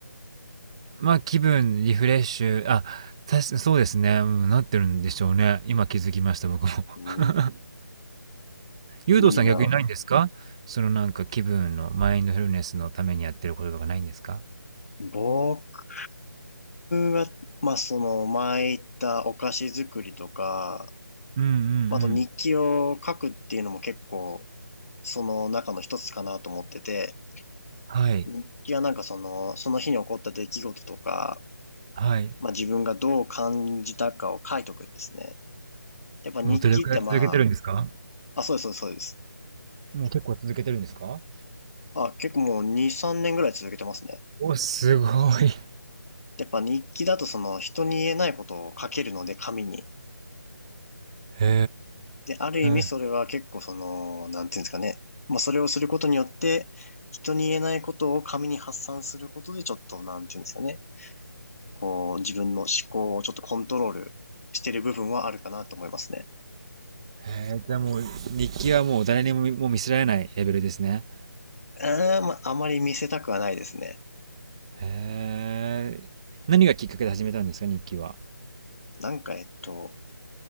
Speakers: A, on the right (about 15°); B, on the left (about 45°).
A: ま、あ気分、リフレッシュ、あ、たしそうですね、うん、なってるんでしょうね。今気づきました、僕も。
B: うん、
A: <laughs> ユウとさん逆にないんですか？
B: いいな。
A: そのなんか気分のマインドフルネスのためにやってることとかないんですか？
B: 僕は、まあその前言ったお菓子作りとか、
A: うんうんう
B: まあと日記を書くっていうのも結構
A: ん。
B: その中の一つかなと思ってて、
A: はい、
B: 日記はなんかその、その日に起こった出来事とか、
A: はい。
B: まあ自分がどう感じたかを書いとくんですね。やっぱ日記ってまあ、
A: もうどれくらい続けてるんですか？
B: あ、そうです、そうです、そうです。
A: もう結構続けてるんですか？
B: あ、結構もう2、3年ぐらい続けてますね。
A: お、すごい。
B: やっぱ日記だとその人に言えないことを書けるので紙に。
A: へ
B: で、ある意味それは結構その、
A: え。
B: なんていうんですかね。まあそれをすることによって、人に言えないことを紙に発散することでちょっと、なんていうんですかね。こう、自分の思考をちょっとコントロールしてる部分はあるかなと思いますね。
A: へえ、じゃあもう日記はもう誰にも見もう見せられないレベルですね。
B: うーん、まあ、あまり見せたくはないですね。
A: へえ。何がきっかけで始めたんですか？日記は。
B: なんか、えっと、